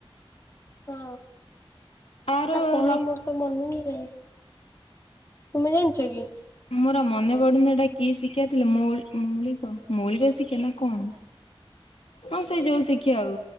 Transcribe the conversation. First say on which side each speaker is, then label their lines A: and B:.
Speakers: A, on the left; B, on the left.
A: ହଁ
B: ତାର
A: ସେଟା କଣ
B: ଲ
A: ମୋର ତ ମନେ ନାଇ। ତୁମେ ଜାଣିଛ କି?
B: ମୋର ମନେ ପଡୁନି ଏଟା କି ଶିଖ୍ୟା ଥିଲା ମୌଳିକ ମୌଳିକ ଶିଖା ନା କଣ।
A: <inaudible>
B: ହଁ ସେଇ ଯୋଉ ଶି୍ଖିଆ ଆଉ